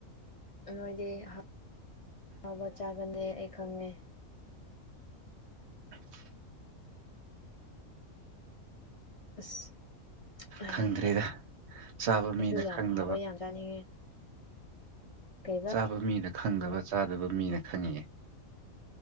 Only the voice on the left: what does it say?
ꯅꯣꯏꯗꯤ ꯑꯍꯥꯎꯕ ꯆꯥꯒꯜꯂꯦ ꯑꯩ ꯈꯪꯉꯦ
ꯑꯁ ꯑꯩꯁꯨ
ꯌꯥꯝ
ꯍꯥꯎꯋꯦ ꯌꯥꯝ ꯆꯥꯅꯤꯡꯉꯦ ꯀꯩ